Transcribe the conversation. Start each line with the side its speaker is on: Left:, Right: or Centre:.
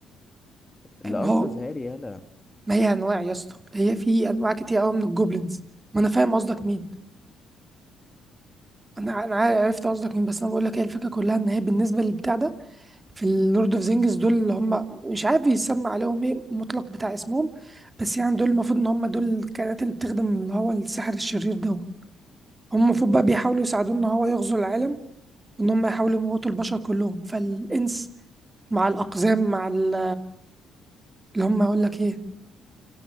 Left: اللي
Right: ما
Left: انقذ
Right: هو
Left: هاري يالا
Right: ما هي انواع يا اسطى هي في انواع كتير قوي من الجوبلينز ما انا فاهم قصدك مين انا انا عار- عرفت قصدك مين بس انا بقول لك هي الفكره كلها ان هي بالنسبه للبتاع ده في اللورد اوف زينجز دول اللي هم مش عارف يسمى عليهم ايه المطلق بتاع اسمهم بس يعني دول المفروض ان هم دول الكائنات اللي بتخدم اللي هو السحر الشرير ده هم المفروض بقى بيحاولوا يساعدوه ان هو يغزو العالم وان هم يحاولوا يموتوا البشر كلهم فالانس مع الاقزام مع ال- اللي هم اقول لك ايه